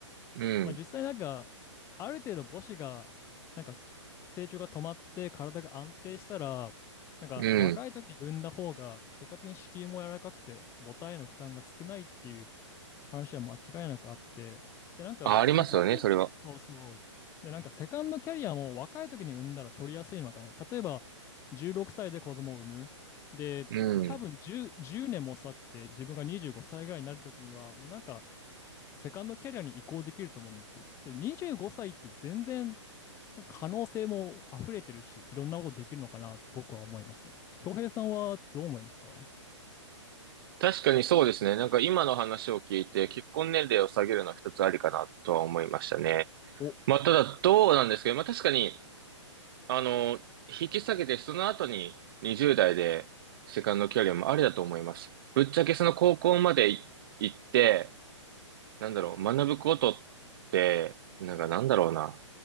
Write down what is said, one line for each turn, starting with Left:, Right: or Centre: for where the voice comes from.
Right: うん、
Left: まあ実際なんか、ある程度母子が、なんか成長が止まって体が安定したら、なんか若い時に産んだ方が結果的に子宮も柔らかくて母体への負担が少ないっていう
Right: うん。
Left: 話は間違いなくあって、で、なんか、
Right: あ、ありますよね、
Left: セカンド、
Right: それは。
Left: そうそう。で、なんか、セカンドキャリアも若い時に産んだら取りやすいのかな。例えば、16歳で子供を産む。で、
Right: うん
Left: 多分10、年も経って、自分が25歳ぐらいになる時には、もうなんか、セカンドキャリアに移行できると思うんですよ。で、25歳って全然、なんか可能性も溢れてるし、いろんなことできるのかなって僕は思います。恭平さんはどう思いますか
Right: 確かにそうですね。なんか今の話を聞いて、結婚年齢を下げるのは一つありかなとは思いましたね。
Left: お、う
Right: まあ、ただどうなんですけど、まあ確かに、あの、引き下げてその後に20代でセカンドキャリアもありだと思います。ぶっちゃけその高校までい行って、なんだろう、学ぶことって、なんかなんだろうな、